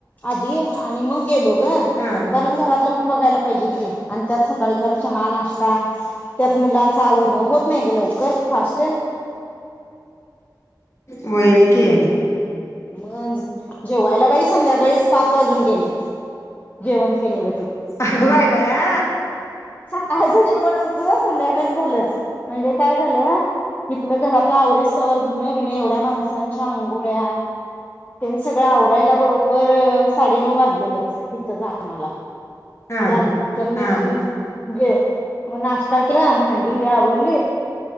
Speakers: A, on the left (about 20°); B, on the left (about 40°).
A: आधी आणि मग गेलो ग
B: हा
A: कारण घरातल पण बघायला पाहिजे की आण त्यात सकाळी जरा चहा नाश्ता त्यात मुलांच आवरण होत नाही गं लवकर फास्ट
B: होयच की
A: मग जेवयला बाई संध्याकाळीच पाच वाजून गेल जेवण केलेल
B: अगो बाय बाया
A: सकाळच जेवण आमचं संध्याकाळी झालं म्हणजे काय झालं इथलं घरातल आवरीस स्तवर धुन बिन एव या माणसांच्या आंघोळ्या त्यां सगळं आवरायला बरोबर साडेनऊ वाजलेलंच इथंच आम्हाला
B: हा
A: त्यानंतर मी
B: हा
A: जे <unintelligible> टाकीला भांडीबिंडी आवरली